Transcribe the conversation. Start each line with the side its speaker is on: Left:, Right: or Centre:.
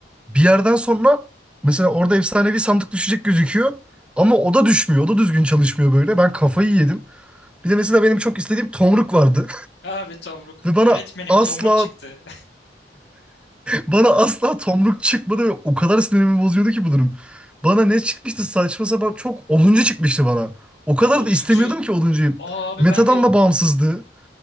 Centre: bir yerden sonra mesela orada efsanevi sandık düşecek gözüküyor. Ama o da düşmüyor. O da düzgün çalışmıyor böyle. Ben kafayı yedim. Bir de mesela benim çok istediğim tomruk vardı.
Left: Abi Tomruk.
Centre: Ve bana
Left: Öğretmenim
Centre: asla
Left: Tomruk çıktı.
Centre: bana asla tomruk çıkmadı ve o kadar sinirimi bozuyordu ki bu durum. Bana ne çıkmıştı saçma sapan çok oduncu çıkmıştı bana.
Left: <laughs>
Centre: O kadar
Left: Aboduncu.
Centre: da istemiyordum ki oduncuyu.
Left: Aa, Abi
Centre: Metadan
Left: ben de
Centre: da bağımsızdı